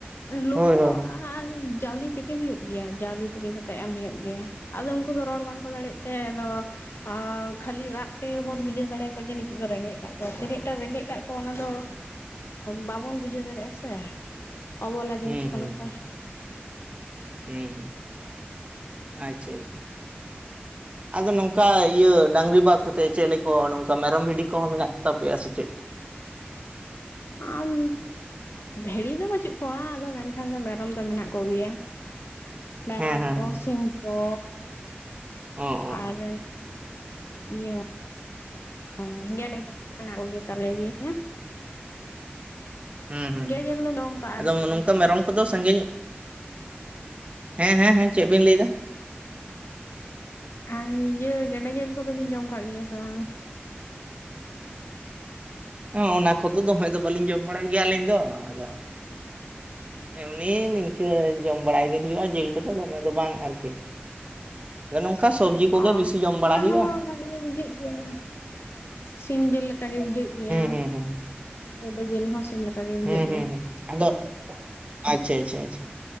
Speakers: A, on the left; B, on the right.
A: ᱞᱩᱵᱩᱜ
B: ᱦᱳᱭ ᱦᱳᱭ ᱦᱳᱭ
A: ᱟᱨ ᱡᱟᱣᱞᱤ ᱛᱮᱠᱤ ᱦᱩᱭᱩᱜ ᱜᱮᱭᱟ ᱡᱟᱣᱞᱤ ᱛᱤᱠᱤ ᱠᱟᱛᱮᱜ ᱮᱢ ᱦᱩᱭᱩᱜ ᱜᱮᱭᱟ, ᱟᱫᱚ ᱩᱱᱠᱩ ᱫᱚ ᱨᱚᱲ ᱵᱟᱝᱠᱚ ᱫᱟᱲᱮᱜ ᱛᱮ, ᱟᱫᱚ ᱟᱨ ᱠᱷᱟᱹᱞᱤ ᱨᱟᱜ ᱛᱮᱵᱚᱱ ᱵᱩᱡᱷᱟᱹᱣ ᱫᱟᱲᱮᱭᱟᱠᱚᱣᱟ ᱡᱮ ᱱᱤᱛᱚᱜ ᱫᱚ ᱨᱮᱸᱜᱮᱡ ᱠᱟᱜ ᱠᱚᱣᱟ ᱛᱤᱱᱟᱹᱜᱴᱟ ᱨᱮᱸᱜᱮᱡ ᱠᱟᱜ ᱠᱚᱣᱟ ᱚᱱᱟ ᱫᱚ ᱵᱟᱵᱚᱱ ᱵᱩᱡᱷᱟᱹᱣ ᱫᱟᱲᱮᱭᱟᱜᱼᱟ ᱥᱮ- ᱚᱵᱚᱞᱟ ᱡᱤᱱᱤᱥ
B: ᱦᱩᱸ
A: ᱠᱟᱱᱟ
B: ᱦᱩᱸ
A: ᱠᱚ᱾
B: ᱦᱩᱸ ᱦᱩᱸ ᱟᱪᱪᱷᱟ ᱟᱪᱪᱷᱟ ᱟᱫᱚ ᱱᱚᱝᱠᱟ ᱤᱭᱟᱹ ᱰᱟᱝᱨᱤ ᱵᱟᱫ ᱠᱟᱛᱮᱫ ᱪᱮᱫ ᱞᱮᱠᱚ ᱱᱚᱝᱠᱟ ᱢᱮᱨᱚᱢ ᱵᱷᱤᱰᱤ ᱠᱚᱦᱚᱸ ᱢᱮᱱᱟᱜ ᱠᱚ ᱛᱟᱯᱮᱭᱟ ᱥᱮ ᱪᱮᱫ?
A: ᱟᱢ ᱵᱷᱤᱲᱤ ᱫᱚ ᱵᱟᱹᱪᱩᱜ ᱠᱚᱣᱟ ᱟᱫᱚ ᱢᱮᱱᱠᱷᱟᱱ ᱫᱚ ᱢᱮᱨᱚᱢ ᱫᱚ ᱢᱮᱱᱟᱜ ᱠᱚᱜᱮᱭᱟ᱾ ᱢᱮᱨᱚᱢ
B: ᱦᱮᱸ ᱦᱮᱸ
A: ᱠᱚ
B: ᱦᱮᱸ
A: ᱥᱤᱢ ᱠᱚ
B: ᱚ ᱚ
A: ᱟᱨ
B: ᱚ
A: ᱤᱭᱟᱹ ᱚᱢ ᱜᱮᱰᱮ ᱢᱮᱱᱟᱜ ᱠᱚᱜᱮᱛᱟᱞᱮ ᱜᱮᱭᱟ᱾
B: ᱦᱩᱸ ᱦᱩᱸ
A: ᱜᱮᱰᱮ ᱡᱤᱞ ᱫᱚᱢ ᱡᱚᱢ ᱟᱠᱟᱜᱼᱟ
B: ᱟᱫᱚ
A: ᱥᱮ ᱵᱟᱝ?
B: ᱱᱚᱝᱠᱟ ᱢᱮᱨᱚᱢ ᱠᱚᱫᱚ ᱥᱟᱜᱤᱧᱚᱜ ᱦᱮᱸ ᱦᱮᱸ ᱦᱮᱸ ᱪᱮᱫ ᱵᱤᱱ ᱞᱟᱹᱭ ᱫᱟ?
A: ᱟᱨ ᱤᱭᱟᱹ ᱜᱮᱰᱮ ᱡᱤᱞ ᱠᱚᱫᱚ ᱵᱤᱱ ᱡᱚᱢ ᱠᱟᱜ ᱜᱮᱭᱟ ᱥᱮ ᱵᱟᱝ?
B: ᱮᱸ ᱚᱱᱟ ᱠᱚᱫᱚ ᱫᱚᱢᱮ ᱫᱚ ᱵᱟᱹᱞᱤᱧ ᱡᱚᱢ ᱵᱟᱲᱟᱭ ᱜᱮᱭᱟ ᱟᱹᱞᱤᱧ ᱫᱚ, ᱟᱫᱚ ᱮᱢᱱᱤ ᱱᱤᱝᱠᱟᱹ ᱡᱚᱢ ᱵᱟᱲᱟᱭ ᱜᱮ ᱦᱩᱭᱩᱜᱼᱟ, ᱡᱤᱞ ᱠᱚᱫᱚ ᱫᱚᱢᱮ ᱫᱚ ᱵᱟᱝ ᱟᱨᱠᱤ᱾ ᱱᱚᱝᱠᱟ ᱥᱚᱵᱡᱤ ᱠᱚᱜᱮ
A: ᱚ
B: ᱵᱮᱥᱤ ᱡᱚᱢ ᱵᱟᱲᱟᱭ
A: ᱚᱱᱟ
B: ᱦᱩᱭᱩᱜᱼᱟ᱾
A: ᱦᱚᱸ ᱵᱷᱟᱜᱮ ᱜᱮ ᱵᱩᱡᱷᱟᱹᱜ ᱜᱮᱭᱟ ᱥᱤᱢ ᱡᱤᱞ ᱞᱮᱠᱟ ᱜᱮ ᱵᱩᱡᱷᱟᱹᱜ ᱜᱮᱭᱟ
B: ᱦᱩᱸ ᱦᱩᱸ
A: ᱜᱮᱰᱮ ᱡᱤᱞ ᱦᱚᱸ ᱥᱤᱢ ᱞᱮᱠᱟ ᱜᱮ ᱵᱩᱡᱷᱟᱹᱜ
B: ᱦᱩᱸ
A: ᱜᱮᱭᱟ
B: ᱦᱩᱸ ᱦᱩᱸ ᱟᱫᱚ ᱟᱪᱪᱷᱟ ᱟᱪᱪᱷᱟ ᱟᱪᱪᱷᱟ᱾